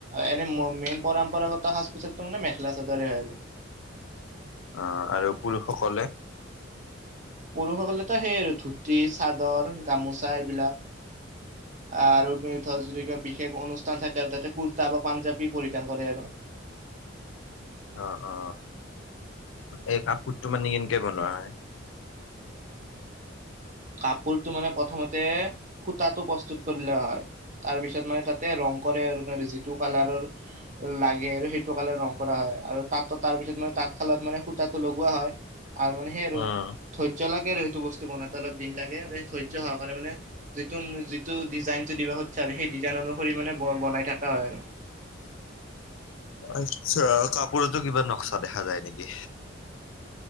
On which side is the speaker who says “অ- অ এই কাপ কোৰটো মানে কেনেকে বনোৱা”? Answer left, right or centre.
Left